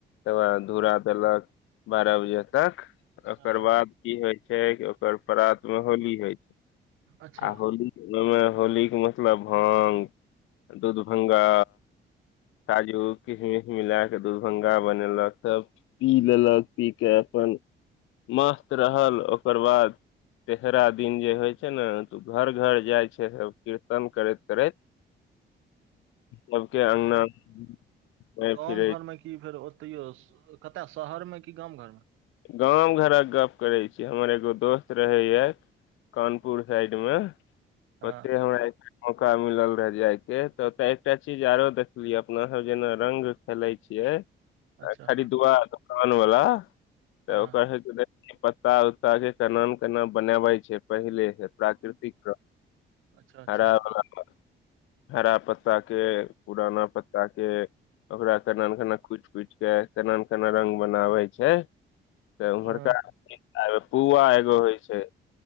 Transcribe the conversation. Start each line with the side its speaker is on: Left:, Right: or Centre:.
Left: तकर बाद धूरा देलक बारह बजे तक ओकर
Right: आ
Left: बाद की होइ छै कि ओकर प्रात मे होली होइ छै
Right: अच्छा
Left: आ होली ओहिमे होलीके मतलब भांग दूधभंगा काजू किशमिश मिला क दुधभंगा बनेलक सब पी लेलक पी के अपन मस्त रहल ओकर बाद तेहरा दिन जे होय छै ने त घर घर जाय छै सब कीर्तन करैत <unintelligible> सबके अङगना घुमै
Right: गाँम
Left: फिरै
Right: घरमे की फेर ओ तैयो कतय शहर में की गाम घर में
Left: गाम घरक गप करै छी हमर एगो दोस्त रहैया कानपुर साइड मे
Right: हँ
Left: ओते हमरा मौका मिलल रहे जाय के तऽ ओते एकटा चीज आरो देखलिय अपना सब जेना रंग खेलाय छियै
Right: अच्छा
Left: खरीदुआ
Right: हँ
Left: दोकान वला त
Right: हँ
Left: ओकरे पत्ता <unintelligible> उत्ता के केना केना बनबै छै पहिले हे प्राकृतिक
Right: अच्छा अच्छा
Left: हराबला हरा पत्ता के पुराना पत्ता के ओकरा केना न केना कुइट कुइट के केना ने केना रंग बनाबै छै तऽ उम्हरका
Right: हँ
Left: पुआ एगो होइ छै